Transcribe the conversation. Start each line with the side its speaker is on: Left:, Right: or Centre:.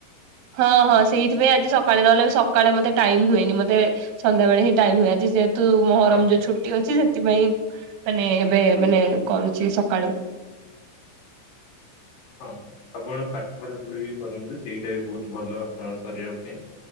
Right: ହଁ ହଁ ସେଇଥିପାଇଁ ଆଜି ସକାଳେ ନହଲେ ସକାଳେ ମତେ ଟାଇମ ହୁଏନି। ମତେ ସନ୍ଧ୍ୟାବେଳେ ହିଁ ଟାଇମ ହୁଏ। ଆ ତୁ ମହରମ
Left: ହଁ।
Right: ଯୋଉ ଛୁଟି ଅଛି ସେଥିପାଇଁ ମାନେ ଏବେ ମାନେ କରୁଛି ସକାଳୁ
Left: ହଁ ଆପଣ ପାଠ ପଢାପଢି ବି କରନ୍ତୁ ସେଇଟା ବି ବହୁତ ଭଲ ଆପଣଙ୍କ ଶରୀର ପାଇଁ।